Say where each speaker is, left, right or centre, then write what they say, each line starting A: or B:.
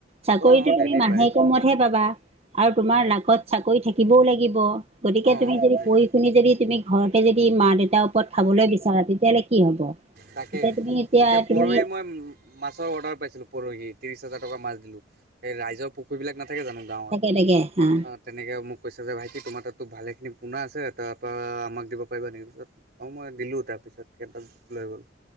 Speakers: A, on the right; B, on the right.
A: চাকৰিতটো
B: অ ডেইলি
A: তুমি মাহেকে
B: পায়
A: মোওত পাবা আৰু তোমাৰ লাকত চাকৰি থাকিবও লাগিব গতিকে
B: অ
A: তুমি যদি
B: সেইটোৱে
A: পঢ়ি শুনি যদি তুমি ঘৰতে যদি মা দেউতাৰ ওপৰত খাবলৈ বিচাৰা তেতিয়াহ'লে কি হব
B: তাকেই
A: এতিয়া তুমি
B: এতিয়া
A: তুমি
B: পৰহি মই মাছৰ অৰ্ডাৰ পাইছিলো পৰহি ত্ৰিশ হাজাৰ টকা মাছ দিলো এই ৰাইজৰ পুখুৰী বিলাক নাথাকে জানো গাঁৱত
A: তাকে তাকে হা
B: তেনেকে মোক কৈছে যে ভাইটি কি তোমাৰ তাতো ভালেখিনি পোনা আছে তাৰপৰা আমাক দিব পাৰিব নেকি পিছত অ মই দিলো তাৰপিছত সিহঁতক লৈ গ'ল